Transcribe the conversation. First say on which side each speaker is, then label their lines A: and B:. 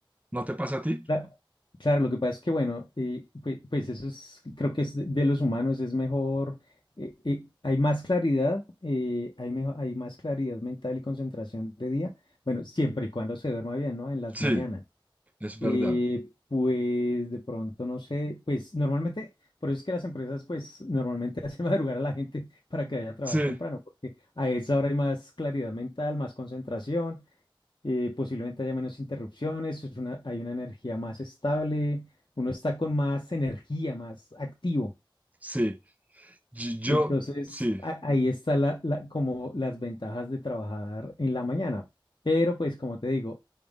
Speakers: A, on the right; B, on the left.
A: ¿No te pasa a ti?
B: Cla- Claro, lo que pasa es que, bueno, eh, pues, pues eso es, creo que es de, de los humanos, es mejor, eh, eh, hay más claridad, eh, hay, mejo- hay más claridad mental y concentración de día, bueno, siempre y cuando se duerma bien, ¿no? En las
A: Sí,
B: mañanas.
A: es verdad.
B: Eh, pues de pronto, no sé, pues normalmente, por eso es que las empresas, pues normalmente <laughs> hacen madrugar a la gente para que vaya a trabajar
A: Sí,
B: temprano, porque a esa hora hay más claridad mental, más concentración eh, posiblemente haya menos interrupciones, es una- hay una energía más estable, uno está con más energía, más activo.
A: sí. Yo, yo-
B: Entonces,
A: sí.
B: a- ahí está la, la- como las ventajas de trabajar en la mañana. Pero pues, como te digo,